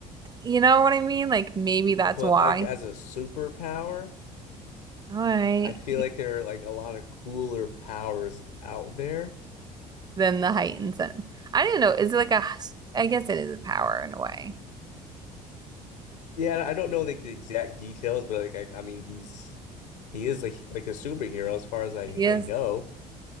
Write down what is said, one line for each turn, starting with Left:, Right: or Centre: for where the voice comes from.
Right: you know what I mean? Like, maybe that's
Left: but
Right: why.
Left: like as a superpower,
Right: All right.
Left: I feel like there are like a lot of cooler powers out there.
Right: Then the heightened sense. I don't know. Is it like a, I guess it is a power in a way.
Left: Yeah, I don't know like the exact details, but like I, I mean, he's he is like like a superhero as far as I
Right: Yes.
Left: I know.